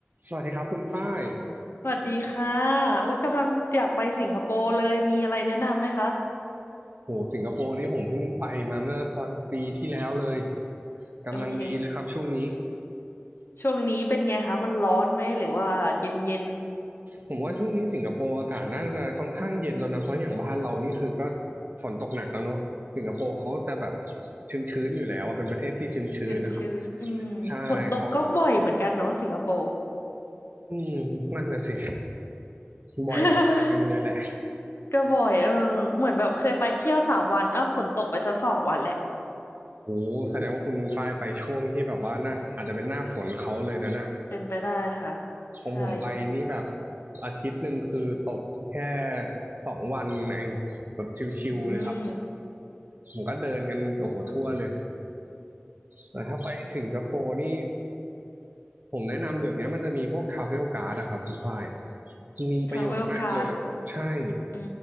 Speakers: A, on the right (about 45°); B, on the left (about 70°).
A: สวัสดีครับคุณฝ้าย
B: สวัสดีค่ะโอ๊ยกำลังอยากไปสิงคโปร์เลย มีอะไรแนะนำไหมคะ
A: โหสิงคโปร์นี่ผมเพิ่งไปมาเมื่อสักปีที่แล้วเลยกำลังดีเลยครับช่วงนี้
B: โอเค ช่วงนี้เป็นไงคะ มันร้อนไหม หรือว่าเย็นเย็น
A: ผมว่าช่วงนี้สิงคโปร์อากาศน่าจะค่อนข้างเย็นแล้วนะเพราะอย่างบ้านเรานี่คือก็ฝนตกหนักแล้วเนาะสิงคโปร์เขาจะแบบชื้นๆอยู่แล้วว่าเป็นประเทศที่ชื้นๆนะครับ
B: ชื้นชื้นๆอืมฝนตกก็บ่อยเหมือนกันเนาะสิงคโปร์
A: ใช่เขาอืมนั่นน่ะสิบ่อยประมาณนึงเลยแหละ
B: <laughs> ก็บ่อยเออเหมือนแบบเคยไปเที่ยวสามวันอ้าวฝนตกไปซะสองวันแหละ
A: โอ้แสดงว่าคุณฝ้ายไปช่วงที่แบบว่าน่าอาจจะเป็นหน้าฝนเขาเลยนะน่ะ
B: เป็นไปได้ค่ะ
A: ของผมไปนี่แบบ
B: ใช่
A: อาทิตย์หนึ่งคือตกแค่สองวันเองแบบชิวๆเลยครับ
B: อืม
A: ผมก็เดินกันโอ้โหทั่วเลยแต่ถ้าไปสิงคโปร์นี่ผมแนะนำเดี๋ยวนี้มันจะมีพวกทราเวลการ์ดอะครับคุณฝ้ายมีประโยชน์มากเลยใช่
B: ทราเวลการ์ดอื